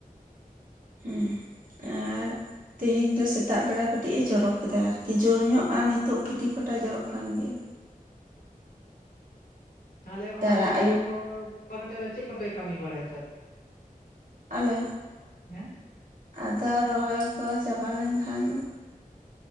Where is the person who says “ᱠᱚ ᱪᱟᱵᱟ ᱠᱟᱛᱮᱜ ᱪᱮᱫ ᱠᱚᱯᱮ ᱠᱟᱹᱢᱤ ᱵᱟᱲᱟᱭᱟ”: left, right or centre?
Left